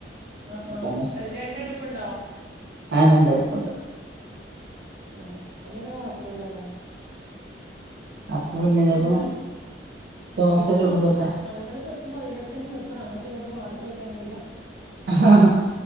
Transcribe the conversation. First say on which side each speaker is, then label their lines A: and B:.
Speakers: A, on the right; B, on the right.
A: ആ ആ
B: തന്നെ
A: രണ്ടടുപ്പുണ്ടോ
B: ആ രണ്ടടുപ്പുണ്ട്
A: ആ അപ്പൊപ്പിന്നെ കൊഴപ്പില്ലല്ലോ
B: അപ്പൊ പിന്നെ ചിലപ്പം
A: ഇണ്ട
B: ദോശ
A: പിന്നെ
B: ചുടുമ്പത്തെ
A: അതിനാടുത്ത് നിൽക്കുമ്പോ അതിന്റെ അടുത്ത് തന്നെ നിക്കണം അങ്ങോട്ട് എങ്ങോട്ടും മാറിക്കളിക്കാൻ കഴിയില്ല
B: ആ